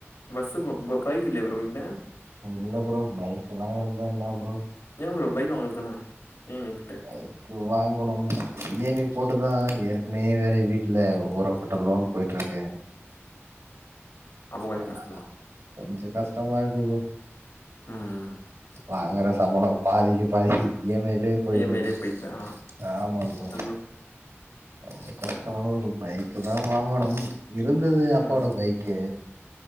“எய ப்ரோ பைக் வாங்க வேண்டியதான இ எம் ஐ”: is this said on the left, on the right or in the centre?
Left